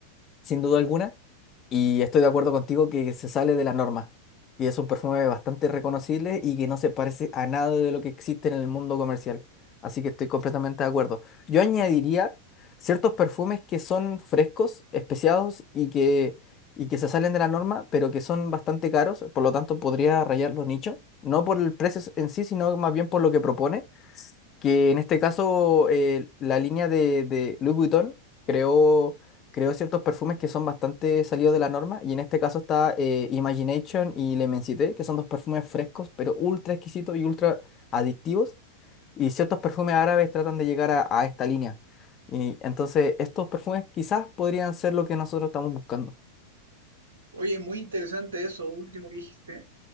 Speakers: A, on the left; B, on the right.
A: sin duda alguna, y estoy de acuerdo contigo que se sale de la norma. Y es un perfume bastante reconocible y que no se parece a nada de lo que existe en el mundo comercial. Así que estoy completamente de acuerdo. Yo añadiría ciertos perfumes que son frescos, especiados y que, y que se salen de la norma, pero que son bastante caros, por lo tanto podría rayar los nichos, no por el precio en sí, sino más bien por lo que propone que en este caso eh, la línea de, de Louis Vuitton creó, creó ciertos perfumes que son bastante salidos de la norma, y en este caso está eh, Imagination y L'Immensité, que son dos perfumes frescos, pero ultra exquisitos y ultra adictivos, y ciertos perfumes árabes tratan de llegar a, a esta línea. Y entonces estos perfumes quizás podrían ser lo que nosotros estamos buscando.
B: Oye, muy interesante eso último que dijiste.